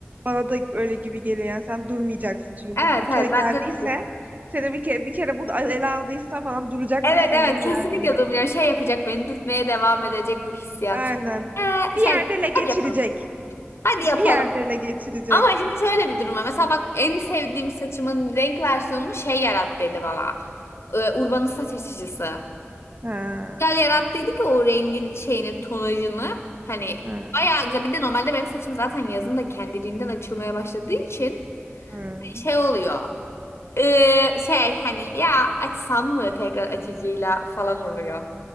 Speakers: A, on the right; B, on the left.
A: Bana da öyle gibi geliyor. Yani sen durmayacaksın çünkü
B: Evet
A: bu bir kere
B: evet
A: geldiyse
B: bence de.
A: seni bir kere bir kere bu ele aldıysa bana duracakmışsın
B: Evet evet
A: gibi
B: kesinlikle
A: gelmiyor.
B: durmuyor. Şey yapacak beni dürtmeye devam edecek bu hissiyat.
A: Aynen.
B: Çünkü, Ee,
A: Bir
B: şey
A: yerde ele geçirecek.
B: hadi yapalım. Hadi yapalım.
A: Bir yerde ele geçirecek.
B: Ama şimdi şöyle bir durum var. Mesela bak en sevdiğim saçımın renk versiyonunu şey yarattıydı bana. Ee, Urban'ın saç açıcısı.
A: Ha,
B: Güzel yarattıydı ki o rengin şeyini tonajını. Hani
A: ha,
B: bayağı güzel. Bir de normalde benim saçım zaten yazın da kendiliğinden açılmaya başladığı için
A: ha.
B: hani şey oluyor. Ee, şey hani ya açsam mı tekrar açıcıyla falan oluyor.